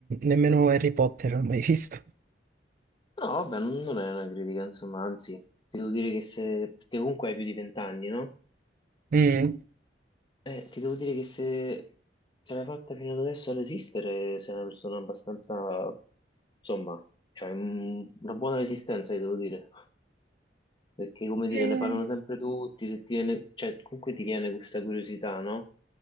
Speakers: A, on the right (about 50°); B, on the left (about 25°).
A: nemmeno Harry Potter l'ho mai visto.
B: No, vabbè, non non è una critica, insomma, anzi, devo dire che se... Perché comunque hai più di vent'anni, no?
A: Mm,
B: Eh, ti devo dire che se ce l'hai fatta fino ad adesso a resistere, sei una persona abbastanza, insomma, cioè, mm, una buona resistenza, ti devo dire. Perché, come dire,
A: Eh,
B: ne parlano sempre tutti, se ti viene, cioè, comunque ti viene questa curiosità, no?